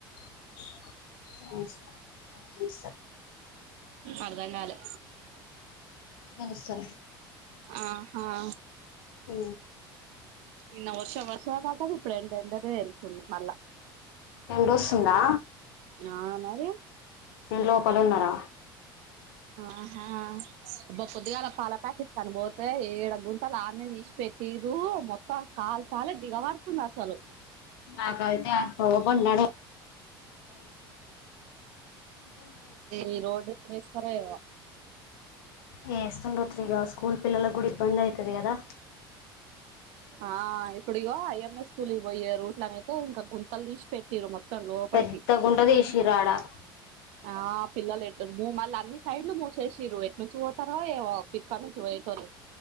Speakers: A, on the left (about 75°); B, on the right (about 60°).
A: నిర్
B: అర్ధం కాలే
A: వస్తారా
B: ఆహా
A: ఆ
B: ఇన్న వర్ష వర్ష పాటది ఇప్పుడు ఎండ ఎండదే వెళ్తుంది మళ్ళా
A: ఎండ వస్తుందా
B: ఆ మరి
A: ఇంటి లోపలు ఉన్నార
B: ఆహాబ్బ పొద్దిగాల పాల ప్యాకెట్ కని పోతే ఏడ గుంతలు డినే తీసిపోయి తీరు మొత్తం కాలు కాలే దిగబడుతుంది అసలు
A: నాకయితే ఆ ప్రోబన్నాడు
B: ఈ రోడ్ ఎప్పుడు వేస్తారో ఏమో
A: ఏ ఇస్తండో ఇగా స్కూల్ పిల్లలకు కూడా ఇబ్బంది అవుతుది కదా
B: ఆ ఇప్పుదూ ఇంగో అయ్య లి పోయారు ఇట్లా అయితే ఇంకా గుంతలు తీసి పెట్టిరు మొం లోపలికి
A: పెద్ద గుంట తీసిర్రు ఆడ
B: ఆ పిల్లలు ఎట్టారు మూ మళ్ళ ని సాడ్లు మూసేసిరు ఎట్లు నుచి పోతారో ఏమో పోయేతోలు